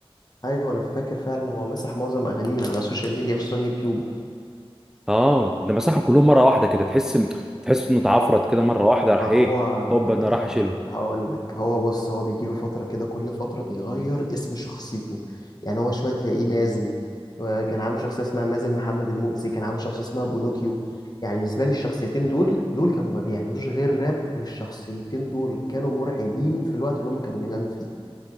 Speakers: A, on the left (about 40°); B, in the centre.
A: ايوه انا فاكر فعلا هو مسح معظم اغانيه من على السوشيال ميديا خصوصا يوتيوب
B: اه ده مسحهم كلهم مره واحده كده تحس تحس انه اتعفرت كده مره واحده راح
A: فهو
B: ايه هوب انا راح اشيله
A: ه- هقول لك هو بص هو بيجي له فتره كده كل فتره بيغير اسم شخصيته يعني هو شويه تلاقيه مازن كان عامل شخصيه اسمها مازن محمد المؤذي كان عامل شخصيه اسمها بونوكيو يعني بالنسبه لي الشخصيتين دول دول كانوا ما بيعملوش غير راب والشخصيتين دول كانوا مرعبين في الوقت اللي هم كانوا بيغنوا فيه